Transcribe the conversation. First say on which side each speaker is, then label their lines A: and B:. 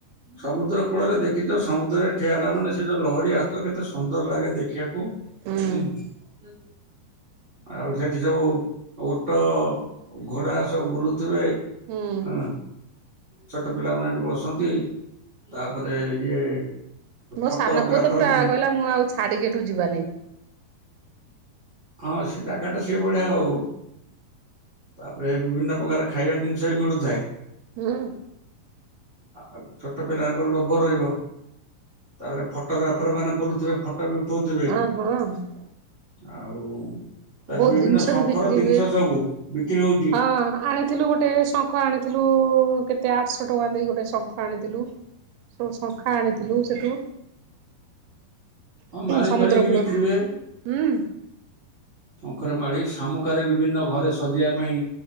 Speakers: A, on the right (about 45°); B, on the right (about 85°).
A: ସମୁଦ୍ର କୂଳରେ ଦେଖିଛ ସମୁଦ୍ରରେ ଠିଆ ହେଲା ମାନେ ସେ ଯୋଉ ଲହଡ଼ି ଆସୁଥିବା କେତେ ସୁନ୍ଦର ଲାଗେ ଦେଖ ଖିବାକୁ
B: ହୁଁ
A: ହୁଁ। ଆଉ ସେଠି ସବୁ ଓଟ ଘୋଡା ସବୁ ବୁଲୁ ଥିବେ
B: ହୁଁ
A: ହଁ। ଛୋଟ ପିଲାମାନେ ହେଠି ବସନ୍ତି ତାପରେ ଇଏ
B: ମୋ
A: ଫଟଗ୍ରାଫର
B: ସାନ ପୁଅ ତ ପୁରା
A: ମାନେ
B: କହିଲା ମୁଁ ଆଉ ଛାଡିକି ଏଠୁ ଯିବାନି
A: ହଁ ସେ ଜାଗା ଟା ସେଏ ଭଳିଆ ଆଉ। ତାପରେ ବିଭିନ୍ନ ପ୍ରକାର ଖାଇବା ଜିନିଷ ବି ମିଳୁଥାଏ।
B: ହୁଁ।
A: ଆଉ ଛୋଟ ପିଲାଙ୍କର ଲୋଭ ରହିବ। ତାପରେ ଫଟୋଗ୍ରାଫର ମାନେ ବୁଲୁଥିବେ ଫଟୋ ବି ଉଠଉଥିବେ।
B: ହଁ ହଁ।
A: ଆଉ ତାର
B: ବହୁତ
A: ବିଭିନ୍ନ
B: ଜିନିଷ
A: ଶଙ୍ଖର
B: ବି ବିକ୍ରି
A: ଜିନିଷ
B: ହୁଏ
A: ସବୁ ବିକ୍ରି ହଉଛି
B: ହଁ ଆଣିଥିଲୁ ଗୋଟେ ଶ ଶଙ୍ଖ ଆଣିଥିଲୁ କେତେ ଆଠଶହ ଟଙ୍କା ଦେଇ ଗୋଟେ ଶଙ୍ଖ ଆଣିଥିଲୁ। ସବୁ ଶଙ୍ଖା ଆଣିଥିଲୁ ସେଠୁ।
A: ହଁ ମାଳି
B: ସମୁଦ୍ର
A: ଫାଳି ବି
B: କୁଳ
A: ବିକ୍ରି
B: ହୁଁ।
A: ହୁଏ। ଶଙ୍ଖର ମାଳି ଶାମୁକାରେ ବିଭିନ୍ନ ଘରେ ସଜେଇବା ପାଇଁ